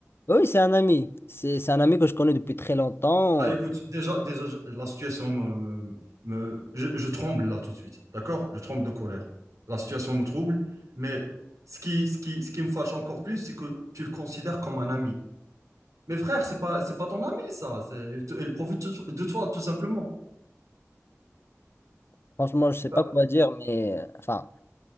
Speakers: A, on the left; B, on the right.
A: oui, c'est un ami. C'est, c'est un ami que je connais depuis très longtemps.
B: Bah écoute, déjà, déjà je- la situation me, me- me- je, je tremble là tout de suite, d'accord? Je tremble de colère. La situation me trouble, mais ce qui, ce qui, ce qui me fâche encore plus, c'est que tu le considères comme un ami. Mais frère, c'est pas, c'est pas ton ami, ça. C'est- Il, te- il profite de de toi, tout simplement.
A: Franchement, je sais
B: Bah,
A: pas quoi dire, mais, euh, enfin,